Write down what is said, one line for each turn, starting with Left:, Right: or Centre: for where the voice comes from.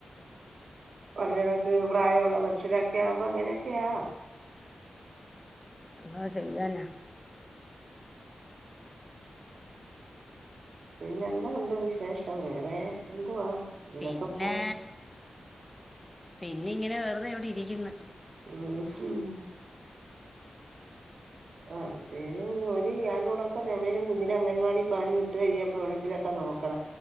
Right: പറഞ്ഞ ണക്ക് പ്രായമുള്ള മനുഷ്യരൊക്കെ ആകുമ്പോ അങ്ങനെയൊക്കെയാ
Left: എന്താ ചെയ്യാന <inaudible>
Right: പിന്നെ എന്തു ഉണ്ട് വിശേഷം വേറെ എന്തുവാ ഇങ്ങനൊക്കെ
Left: പിന്നെ
Right: പോണ്
Left: പിന്നെ ഇങ്ങനെ വെറുതെ ഇവിടെ ഇരിക്കുന്നു.
Right: ഉം ആ എന്തേലും ജോലി ഇയാളോടൊക്കെ എവിടെങ്കിലും കുഞ്ഞിനെ അങ്ങൻവാടി പറഞ്ഞു വിട്ട് കഴിയുമ്പോ എവിടെങ്കിലും ഒക്കെ നോക്കണം.